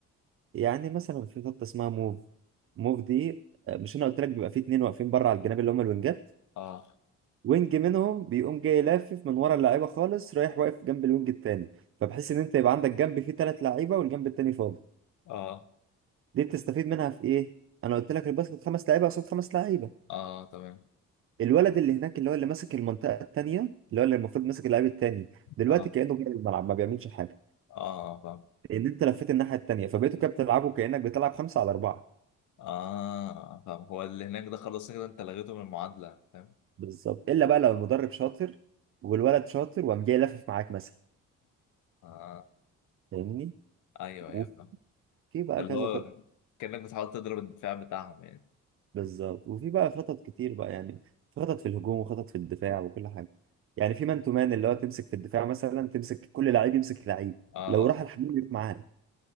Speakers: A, on the right; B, on the left.
A: يعني مثلا في خطة اسمها موف موف دي آه، مش انا قلت لك بيبقى في اتنين واقفين بره على الجناب اللي هم الوينجات
B: آه
A: وينج منهم بيقوم جاي لافف من ورا اللعيبة خالص رايح واقف جنب الوينج التاني فبحيث ان انت يبقى عندك جنب فيه ثلاث لعيبة والجنب التاني فاضي
B: آه
A: دي بتستفيد منها في ايه انا قلت لك الباسكت خمس لعيبة قصاد خمس لعيبة
B: آه تمام
A: الولد اللي هناك اللي هو اللي ماسك المنطقة التانية اللي هو اللي المفروض ماسك اللعيب التاني دلوقتي
B: آه
A: كأنه جاي الملعب ما بيعملش حاجة
B: آه فاهم
A: ان انت لفيت الناحيه التانيه فبقيتوا كده بتلعبوا كانك بتلعب خمسه على اربعه
B: آه فاهم هو اللي هناك ده خلاص كده أنت لغيته من المعادلة فاهم
A: بالظبط الا بقى لو المدرب شاطر والولد شاطر وقام جاي لافف معاك مثلا
B: آه
A: فاهمني
B: أيوه
A: وفي
B: أيوه فاهم
A: بقى
B: اللي
A: كذا
B: هو
A: خطط
B: كأنك بتحاول تضرب الدفاع بتاعهم يعني
A: بالظبط وفي بقى خطط كتير بقى يعني في خطط في الهجوم وخطط في الدفاع وكل حاجه يعني في مان تو مان اللي هو تمسك في الدفاع مثلا تمسك كل لعيب يمسك لعيب
B: آه
A: لو راح
B: آه
A: الحمام يروح معاه